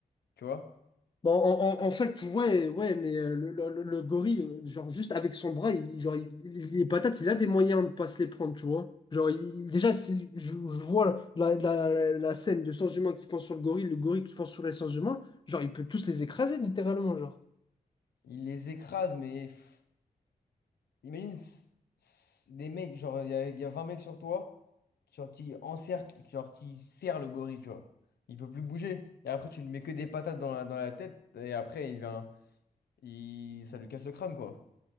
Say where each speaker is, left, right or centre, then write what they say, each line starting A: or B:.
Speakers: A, on the left; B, on the left.
A: tu vois,
B: Bon, en, en- en fait, ouais, ouais, mais euh, le, le- le- le gorille, euh, genre, juste avec son bras, il, genre, il, il- les patates, il a des moyens de pas se les prendre, tu vois. Genre, il- déjà, c'est- je, je vois la, la, la scène de sans humains qui fonce sur le gorille, le gorille qui fonce sur les sans humains, genre, il peut tous les écraser, littéralement, genre.
A: il les écrase, mais pff, Imagine s- s- des mecs, genre, il y a, il y a 20 mecs sur toi, genre, qui encerclent, genre, qui serrent le gorille, tu vois. Il peut plus bouger. Et après, tu lui mets que des patates dans la, dans la tête, et après, il devient, il, ça lui casse le crâne, quoi.